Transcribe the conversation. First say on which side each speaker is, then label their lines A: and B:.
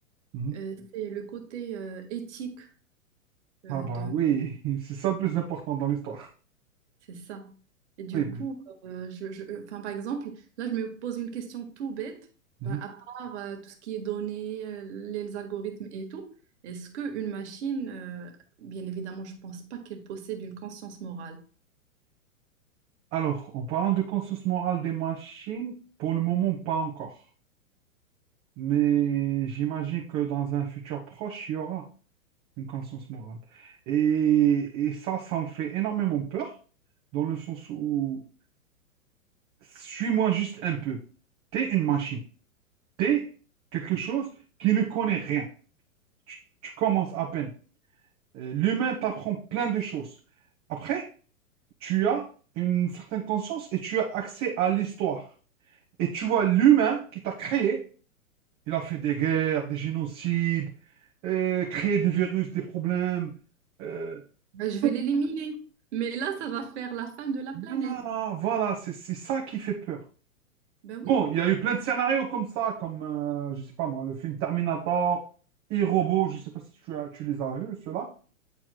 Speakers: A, on the right; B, on the right.
A: Mhm.
B: euh, c'est le côté euh, éthique euh,
A: Ah bah
B: de,
A: oui, <laughs> c'est ça le plus important dans l'histoire.
B: c'est ça. Et du
A: Oui. ben,
B: coup, euh, je, je- enfin, par exemple, là, je me pose une question tout bête,
A: mhm.
B: Bah, à part euh, tout ce qui est données, euh, les algorithmes et tout, est-ce qu'une machine, euh, bien évidemment, je pense pas qu'elle possède une conscience morale.
A: Alors, en parlant de conscience morale des machines, pour le moment, pas encore. Mais j'imagine que dans un futur proche, il y aura une conscience morale. Et, et ça, ça me fait énormément peur, dans le sens où suis-moi juste un peu. T'es une machine. T'es quelque chose qui ne connaît rien. Tu, tu commences à peine. Euh, L'humain t'apprend plein de choses. Après, tu as une certaine conscience et tu as accès à l'histoire. Et tu vois l'humain qui t'a créé. Il a fait des guerres, des génocides, euh, créé des virus, des problèmes. euh,
B: Ben, je vais
A: tout.
B: l'éliminer. Mais là, ça va faire la fin de la
A: voilà,
B: planète.
A: voilà, c'est c'est ça qui fait peur.
B: Ben oui.
A: Bon, il y a eu plein de scénarios comme ça, comme, euh, je sais pas moi, le film Terminator, et robot je sais pas si tu as, tu les as vus, ceux-là.